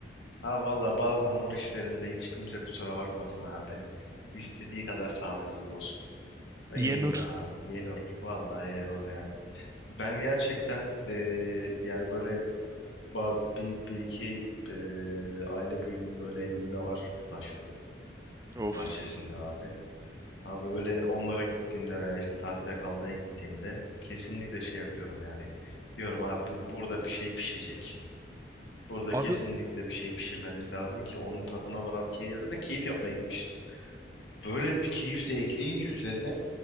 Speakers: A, on the left; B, on the right.
A: Ha valla bazı hamur işlerinde hiç kimse kusura bakmasın abi. İstediği kadar sağlıksız olsun. O yeniyor
B: yenur.
A: abi. Yenir. Vallahi yenir yani. Ben gerçekten eee, yani böyle bazı bir, bir iki eee, aile büyüğünün böyle evinde var taş fırın
B: Of.
A: bahçesinde abi. Abi öyle onlara gittiğimde veya işte tatile kalmaya gittiğimde kesinlikle şey yapıyorum yani. Diyorum abi burada bir şey pişecek. Burada
B: Abi
A: kesinlikle bir şey pişirmemiz lazım ki onun tadına varan ki ya zaten keyif yapmaya gitmişiz. Böyle bir keyif de ekleyince üzerine